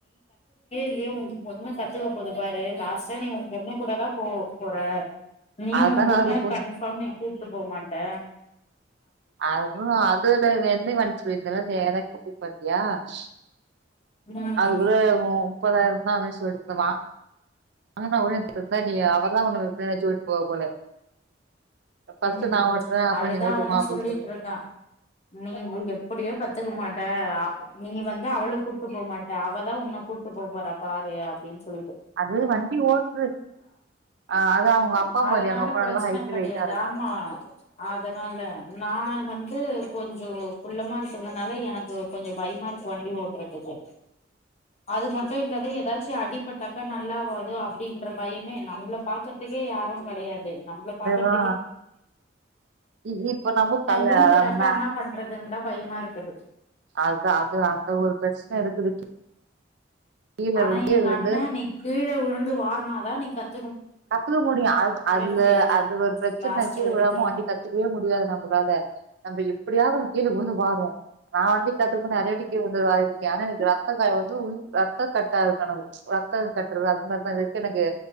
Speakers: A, on the left; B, on the right.
A: ஏ உம் பொண்ணு கத்துக்க போது பாரு லாஸ்ட்டா நீ உம் பொண்ணு கூட தா போ போற நீ
B: அதுதா
A: உம் பொண்ண
B: நடக்க போது
A: கன்ஃபார்ம நீ கூட்டு போமாட்ட
B: அதுவ் அதுல <unintelligible>
A: ம்
B: அது கூட முப்பதாயிரம் தா அவனே செல்லிட்டிருக்குறா வா வாங்குனா அழகா உன்ன உக்கார வெச்சு போவ போல ஃபர்ஸ்ட்
A: ம்
B: நா ஓட்டுறே அப்றோ
A: அதுதா
B: நீ ஓட்டுமா
A: அவனு
B: அப்டின்னு
A: சொல்லிட்டு இருக்கா நீ வு எப்பிடியோ கத் த்துக்க மாட்ட அ நீ வந்து அவள கூப்ட்டு போமாட்ட அவதா உன்ன கூட்டுபோ போறா பாரு அப்பிடின்னு சொல்லிட்
B: அது வண்டி ஓட்டற அ அது அவங்க அப்பா
A: அதனால
B: மாதிரி அவங்க அப்பா
A: பிரச்சன
B: நல்லா ஹைட்டு
A: கெடையாது
B: வெயிட்டாரு
A: ஆமா அதனால நா நான் வந்து கொஞ்சம் குள்ளமா இருக்கறதுனால எனக்கு கொஞ்சம் பயமாருக்கு வண்டி ஓட்டுறதுக்கு அது மட்டும் இல்லாத ஏதாச்சும் அடி அடி பட்டாக்கா நல்லாவாது அப்பிடின்ற பயமே இல்ல அவுங்கள பாக்கறதுக்கே யாரும் கடையாது ஏ நம்மளப் பாக்குறது
B: ஆ இ இ இப்ப நம்ம கல்
A: உழுந்துட்டாக்கா
B: அ நா
A: என்ன பண்றதுன்னு தா பயமா இருக்குது
B: அதா அந்த ஒரு பிரச்சனை இருக்குது கீழ
A: ஆனா
B: விழுந்து
A: எங்க அண்ணன் நீ கீழே விழுந்து வாருனாதான் நீ கத்
B: கத்துக்க முடியும் அ அதுல
A: முடியாது
B: அது ஒரு பிரச்சனை
A: லாஸ்ட்
B: கீழ
A: வரைக்கு
B: விழாம வண்டி கத்துக்கவே முடியாது நம்பளால நம்ப எப் எப்பிடியாவது கீழே உழுந்து வாருவோ நா வண்டி கத்துக்கபோது நறைய வாட்டி கீழே உழுந்து வாரிருக்கே ஆனா எனக் ரத்தக்காய வந்து உழ் ரத்த கட்டாயிடு ரத்த கட்டறது அது மாரிதா ரிஸ்க்கெனக்கு